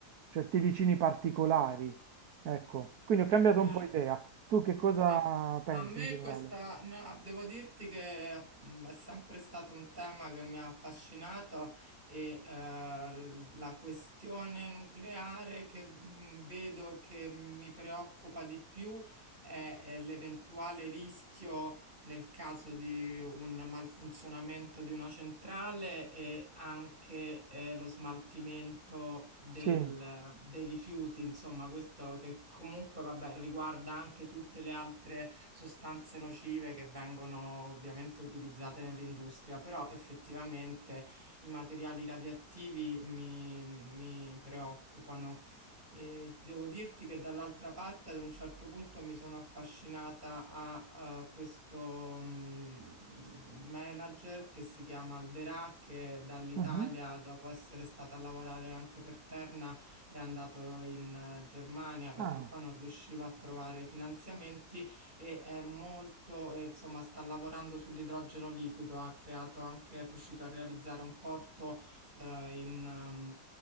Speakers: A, on the right (about 65°); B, on the right (about 25°).
A: certi vicini particolari. Ecco, quindi ho cambiato
B: Eh,
A: un po' idea. Tu che cosa
B: A,
A: pensi
B: a me
A: in generale?
B: questa, no, devo dirti che mm, è sempre stato un tema che mi ha affascinato e eh, la questione nucleare che mm, vedo e che mi preoccupa di più è, è l'eventuale rischio nel caso di un malfunzionamento di una centrale e anche eh, lo smaltimento del-
A: Sì.
B: dei rifiuti, insomma, questo che comunque, vabbè, riguarda anche tutte le altre sostanze nocive che vengono ovviamente utilizzate nell'industria, però effettivamente i materiali radioattivi mi mi preoccupano. E devo dirti che dall'altra parte ad un certo punto mi sono affascinata a eh, questo mm, manager che si chiama Alverà, che dall'Italia,
A: Mhm.
B: dopo essere stata a lavorare anche per Terna, è andato in eh, Germania perché
A: Ah,
B: qua non riusciva a trovare finanziamenti e è molto, eh, insomma, sta lavorando sull'idrogeno liquido, ha creato anche, è riuscito a realizzare un porto eh, in, ehm,